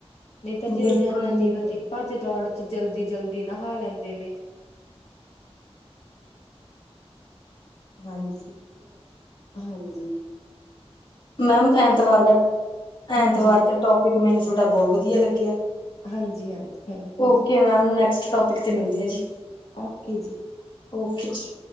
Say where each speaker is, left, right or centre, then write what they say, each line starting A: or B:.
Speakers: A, on the left; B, on the left.
A: ਨਹੀਂ ਤਾ ਜੀ,
B: ਬਿਲਕੁਲ
A: ਰੋਜ਼ਾਨਾ
B: ਜੀ
A: ਜੀਵਨ
B: ਬਿਲਕੁਲ
A: ਦੀ ਭੱਜ-ਦੌੜ'ਚ ਜਲਦੀ-ਜਲਦੀ ਨਹਾ ਲੈਂਦੇ ਨੇ। ਹਾਂਜੀ, ਹਾਂਜੀ।
B: ਮੈਮ
A: ਚਲੋ
B: ਐਂਤਵਾਰ ਦਾ,
A: ਹਾਂਜੀ,
B: ਐਂਤਵਾਰ ਤੇ ਟੋਪਿਕ ਮੈਨੂੰ ਸੋਡਾ ਬਹੁਤ ਵਧੀਆ ਲੱਗਿਆ।
A: ਹਾਂਜੀ, ਹਾਂਜੀ ਥੈਂਕ ਯੂ ਜੀ।
B: ਓਕੇ ਮੈਮ, ਨੈਕਸਟ ਟੌਪਿਕ ਤੇ ਮਿਲਦੇ ਆਂ ਜੀ।
A: ਓਕੇ ਜੀ।
B: ਓਕੇ ਜੀ।